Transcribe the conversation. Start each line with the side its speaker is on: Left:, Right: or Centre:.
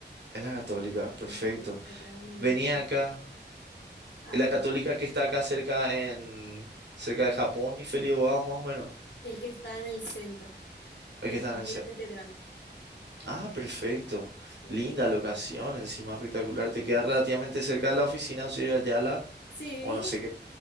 Right: En la Católica, perfecto.
Left: La católica ya en el
Right: Venía
Left: último.
Right: acá,
Left: Ah,
Right: en la Católica que está acá cerca en cerca de Japón y Felibao, más o menos.
Left: el que está en el centro,
Right: Hay
Left: detrás
Right: que estar
Left: de
Right: en el centro.
Left: la catedral.
Right: Ah, perfecto.
Left: Sí,
Right: Linda
Left: ¿verdad?
Right: locación, encima espectacular. Te queda relativamente cerca de la oficina, soy de Ayala.
Left: Sí,
Right: O no sé qué